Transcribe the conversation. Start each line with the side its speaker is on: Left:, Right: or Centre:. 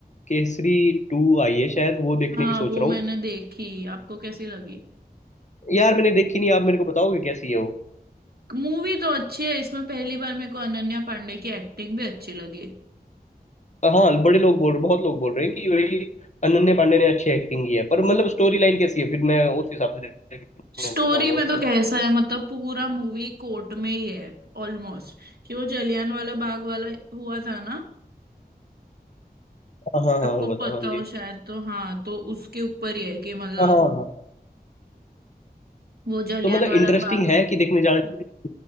Left: केसरी टू आई है शायद वो देखने
Right: हाँ
Left: की सोच
Right: वो
Left: रहा
Right: मैंने
Left: हूँ
Right: देखी आपको कैसी लगी
Left: यार मैंने देखी नहीं आप मेरे को बताओगे कैसी है वो
Right: मूवी तो अच्छी है इसमें पहली बार मेरे को अनन्या पांडे की एक्टिंग भी अच्छी लगी
Left: हाँ बड़े लोग बोल रहे बहुत लोग बोल रहे हैं कि वही अनन्या पांडे ने अच्छी एक्टिंग की है पर मतलब स्टोरी लाइन कैसी है फिर मैं उस हिसाब से देखने
Right: स्टोरी
Left: जाऊंगा
Right: में
Left: उसको
Right: तो कैसा है मतलब पूरा मूवी कोर्ट में ही है ऑलमोस्ट कि वो जलियान वाला बाग वाला हुआ था ना
Left: हाँ हाँ हाँ
Right: आपको
Left: होगा तो,
Right: पता
Left: हाँ
Right: हो
Left: जी
Right: शायद तो हाँ तो उसके ऊपर ही है कि मतलब
Left: हाँ हाँ हाँ
Right: वो जलियान
Left: तो मतलब
Right: वाला
Left: इंटरेस्टिंग
Right: बाग
Left: है कि देखने जाना चाहिए